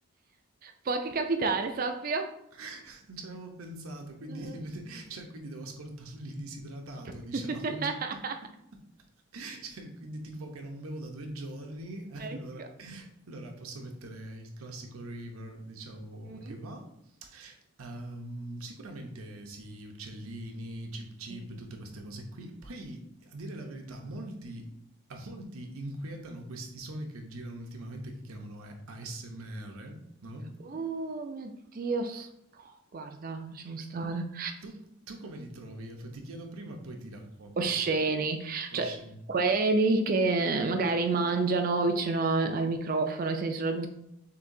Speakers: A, on the right (about 40°); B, on the right (about 75°).
A: Può anche capitare, sappio.
B: <laughs> non ci avevo pensato, quindi,
A: Mm.
B: <laughs> cioè, quindi devo ascoltarli disidratato,
A: <laughs>
B: diciamo. <laughs> Cioè, quindi tipo che non bevo da due giorni,
A: Ecco.
B: allora, allora posso mettere il classico river, diciamo,
A: Mm.
B: che va. Um, sicuramente sì, uccellini, chip chip,
A: Mhm.
B: tutte queste cose qui. Poi, a dire la verità, molti a molti inquietano questi suoni che girano ultimamente che chiamano ASMR, no?
A: Oh mio Dio, s- no, guarda, lasciamo stare.
B: Tu, tu come li trovi? Ti chiedo prima e poi ti racconto.
A: Osceni, cioè
B: Oh, scemo.
A: quelli che magari mangiano vicino a- al microfono, nel senso,